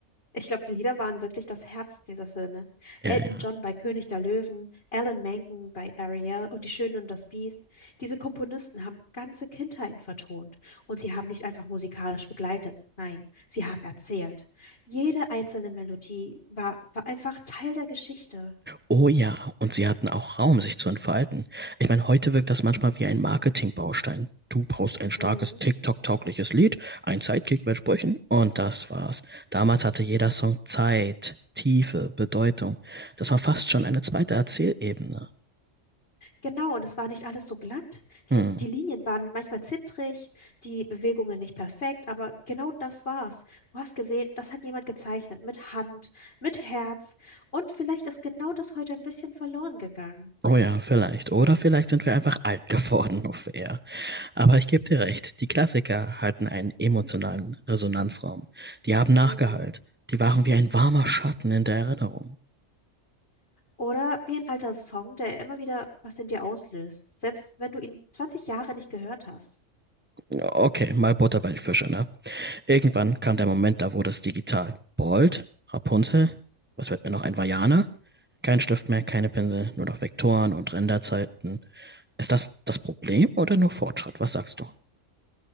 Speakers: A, on the left; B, on the right.
A: Ich glaube, die Lieder waren wirklich das Herz dieser Filme.
B: Ja,
A: Elton
B: ja.
A: John bei König der Löwen, Alan Menken bei Ariel und Die Schöne und das Biest. Diese Komponisten haben ganze Kindheiten vertont und sie haben nicht einfach musikalisch begleitet, nein, sie haben erzählt. Jede einzelne Melodie war, war einfach Teil der Geschichte.
B: Oh ja, und sie hatten auch Raum, sich zu entfalten. Ich meine, heute wirkt das manchmal wie ein Marketingbaustein. Du brauchst ein starkes
A: Mhm.
B: TikTok-taugliches Lied, ein Sidekick mit Sprüchen und das war's. Damals hatte jeder Song Zeit, Tiefe, Bedeutung. Das war fast schon eine zweite Erzählebene.
A: Genau, und es war nicht alles so glatt.
B: Hm.
A: Li- Die Linien waren manchmal zittrig, die Bewegungen nicht perfekt, aber genau das war's. Du hast gesehen, das hat jemand gezeichnet, mit Hand, mit Herz. Und vielleicht ist genau das heute ein bisschen verloren gegangen.
B: Oh ja, vielleicht. Oder vielleicht sind wir einfach alt geworden, <laughs> auf eher. Aber ich gebe dir recht, die Klassiker hatten einen emotionalen Resonanzraum. Die haben nachgehallt.
A: Mhm.
B: Die waren wie ein warmer Schatten in der Erinnerung.
A: Oder wie ein alter Song, der immer wieder was in dir auslöst, selbst wenn du ihn 20 Jahre nicht gehört hast.
B: Okay, mal Butter bei die Fische, ne? Irgendwann kam der Moment, da wurde es digital. Bold, Rapunzel, was wird mir noch ein Vajana? Kein Stift mehr, keine Pinsel, nur noch Vektoren und Renderzeiten. Ist das das Problem oder nur Fortschritt? Was sagst du?